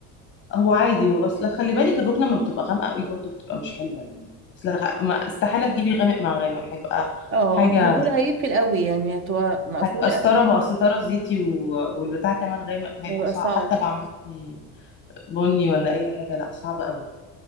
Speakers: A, on the left; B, on the right.
A: هو عادي هو اصل خلي بالك الركنه ما بتبقى غامقه قوي برضو بتبقى مش حلوه يعني اصل غ... ما استحاله تجيبي غامق مع غامق هيبقى
B: اه
A: حاجه
B: ما انا بقول هيقفل قوي يعني هتبقى مقفولة
A: هيبقى استاره
B: قوي
A: بقى استاره زيتي و... والبتاع كمان غامق هيبقى
B: هيبقى
A: صعب
B: صعب
A: حتى لو عملتي بني ولا اي حاجه لا صعبه قوي